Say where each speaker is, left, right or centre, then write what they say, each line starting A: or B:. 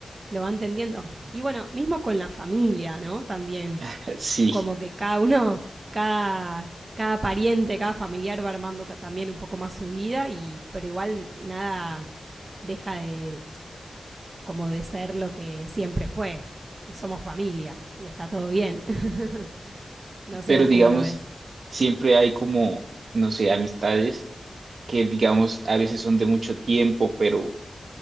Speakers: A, on the right (about 40°); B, on the right (about 70°).
A: lo va entendiendo. Y bueno, mismo con la familia, ¿no? También,
B: <laughs> Sí,
A: como que cada uno, cada, cada pariente, cada familiar va armando también un poco más su vida, y, pero igual nada deja de como de ser lo que siempre fue. Somos familia y está todo bien. <laughs> no sé
B: pero
A: vos
B: digamos,
A: cómo lo ves.
B: siempre hay como, no sé, amistades que digamos a veces son de mucho tiempo, pero